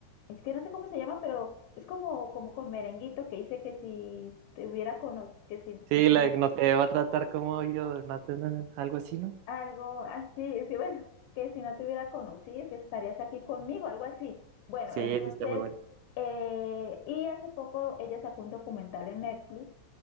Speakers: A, on the left; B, on the right.
A: es que no sé cómo se llama, pero es como, como con merenguito que dice que si te hubiera conocido, que si...
B: Sí, la
A: no
B: de no te va a tratar como yo, no te- no, no, algo así, ¿no?
A: Algo así, sí, bueno, que si no te hubiera conocido, que estarías aquí conmigo, algo así. Bueno,
B: Sí,
A: entonces,
B: sí está muy buena.
A: eh, y hace poco ella sacó un documental en Netflix